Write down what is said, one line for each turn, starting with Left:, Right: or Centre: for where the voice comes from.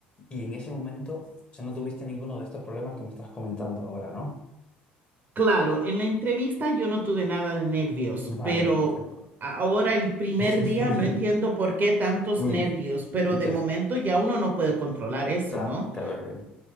Left: Y en ese momento, o sea, no tuviste ninguno de estos problemas que me estás comentando ahora, ¿no?
Right: Claro, en la entrevista yo no tuve nada de nervios,
Left: Vale,
Right: pero
Left: perfecto.
Right: ahora el primer
Left: <laughs>
Right: día
Left: Muy
Right: no
Left: bien,
Right: entiendo por qué tantos
Left: muy
Right: nervios,
Left: bien.
Right: pero
Left: Ya,
Right: de momento ya uno no puede controlar eso,
Left: claro,
Right: ¿no?
Left: claro. eh.